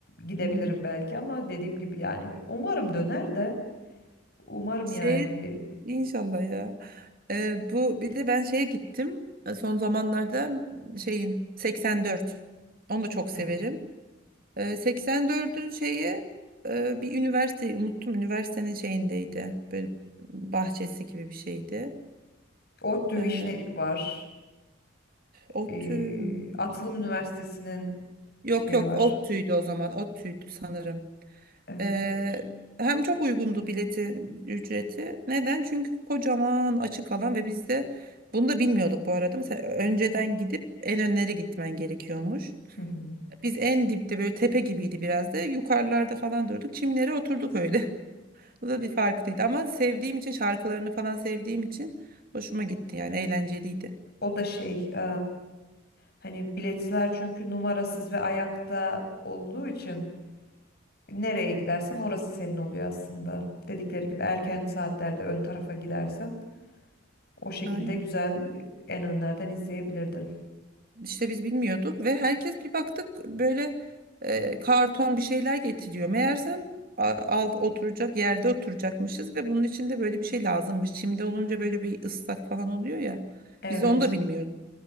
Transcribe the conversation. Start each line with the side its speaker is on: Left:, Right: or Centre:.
Left: gidebilirim
Right: Hmm.
Left: belki ama dediğim gibi yani umarım döner de umarım
Right: Şey
Left: yani.
Right: inşallah ya. Ee, bu bir de ben şeye gittim. Ee, Son zamanlarda şeyin 84. Onu da çok severim.
Left: Hı.
Right: Ee, 84'ün şeyi e, bir üniversite unuttum. Üniversitenin şeyindeydi. Böyle bahçesi gibi bir şeydi.
Left: ODTÜ
Right: Ee,
Left: Vişnelik var.
Right: ODTÜ
Left: Ee,
Right: mü
Left: Atılım
Right: acaba?
Left: Üniversitesi'nin
Right: Yok
Left: şeyi
Right: yok
Left: var.
Right: ODTÜ'ydü o zaman. ODTÜ'ydü sanırım.
Left: Evet
Right: Ee,
Left: olabilir.
Right: hem çok uygundu biletin ücreti. Neden? Çünkü kocaman açık alan ve biz de bunu da bilmiyorduk bu arada. Mesela önceden gidip en önlere gitmen gerekiyormuş.
Left: Hı hı.
Right: Biz en dipte böyle tepe gibiydi biraz da. Yukarılarda falan durduk. Çimlere oturduk öyle. <laughs> Bu da bir farklıydı ama sevdiğim için şarkılarını falan sevdiğim için hoşuma gitti yani eğlenceliydi.
Left: O da şey e, hani biletler çünkü numarasız ve ayakta olduğu için nereye gidersen orası senin oluyor aslında. Dedikleri gibi erken saatlerde ön tarafa gidersen O şekilde
Right: Aynen.
Left: güzel e, en önlerden izleyebilirdin.
Right: İşte biz bilmiyorduk ve herkes bir baktık böyle e, karton bir şeyler getiriyor. Meğersem a- alt oturacak yerde oturacakmışız ve bunun için de böyle bir şey lazımmış. Çimde olunca böyle bir ıslak falan oluyor ya.
Left: Evet.
Right: Biz onu da bilmiyorduk.